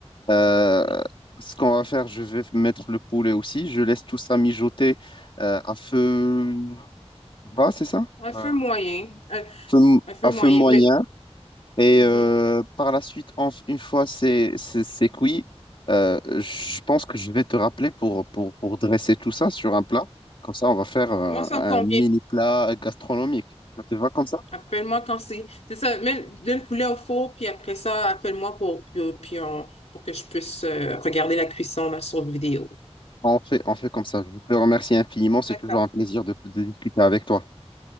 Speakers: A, on the left (about 50°); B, on the left (about 75°).
A: Euh,
B: Oui.
A: ce qu'on va faire, je vais mettre le poulet aussi. Je laisse tout ça mijoter euh, à feu bas, c'est ça?
B: Un
A: Euh,
B: feu moyen. Un-
A: feu-
B: un feu
A: à feu
B: moyen.
A: moyen.
B: Mais
A: Et
B: Mhm.
A: euh, par la suite, en- une fois c'est c'est c'est cuit, euh, je pense que je vais te rappeler pour, pour, pour dresser tout ça sur un plat. Comme ça, on va faire euh,
B: Moi, ça
A: un
B: me convient.
A: mini plat gastronomique. Ça te va comme ça?
B: Appelle-moi quand c'est. C'est ça, mets, donne le poulet au four, puis après ça, appelle-moi pour, puis, puis on- pour que je puisse euh, regarder la cuisson là, sur vidéo.
A: On fait, on fait comme ça. Je te remercie infiniment. C'est
B: D'accord.
A: toujours un plaisir de, de discuter avec toi.